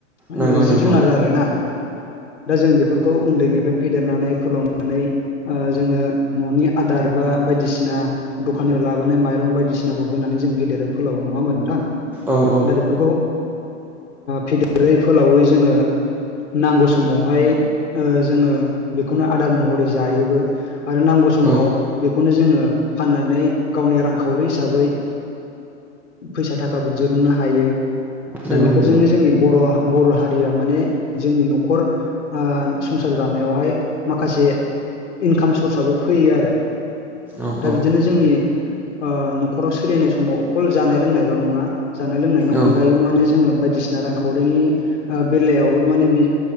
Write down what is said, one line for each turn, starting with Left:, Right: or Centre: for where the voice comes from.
Left: ओ
Centre: नंगौ
Left: जिब
Centre: नंगौ
Left: जुनार आरोना। दा जों बेफोरखौ उन्दैनिफ्राय फेदेरनानै फोलावनानै ओ जोङो न'नि आदार बा बायदिसिना दखाननिफ्राय लाबोनाय माइरं बायदिसि नाखौ होनानै जों फेदेरो फोलाव नङा होनबा नोंथां।
Centre: औ औ
Left: दा बेफोरखौ ओ फेदेरै फोलावै जोङो नांगौ समावहाय ओ जोङो बेखौनो आदार महरै जायोबो। आरो नांगौ समाव
Centre: औ
Left: बेखौनो जोङो फाननानै गावनि रांखावरि हिसाबै ओ फैसा थाखाबो दिरुननो हायो।
Centre: नंगौ
Left: दा बेफोरजोंनो
Centre: नंगौ
Left: जोंनि बर' बर' हारिया माने जोंनि नख'र ओ संसार दानायावहाय माखासे इंकाम सर्साबो फैयो आरो।
Centre: औ
Left: दा
Centre: औ
Left: बिदिनो जोंनि ओ नख'राव सोलिनाय समाव अखल जानाय लोंनायल' नङा। जानाय लोंनायनि
Centre: औ
Left: अनगायैबो माने जोङो बायदिसि ना रांखावरिनि ओ बेलायावबो माने बे